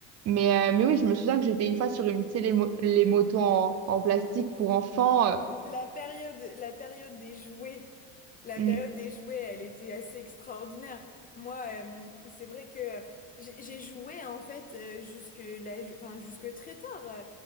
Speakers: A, on the right; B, on the left.
A: Mais, euh, mais oui, je me souviens que j'étais une fois sur une, tu sais, les, mo- les motos en, en plastique pour enfants. euh,
B: La période, la période des jouets, la
A: hmm,
B: période des jouets, elle était assez extraordinaire. Moi, euh, c'est vrai que j'ai j'ai joué en fait euh, jusque là, enfin jusque très tard. Euh,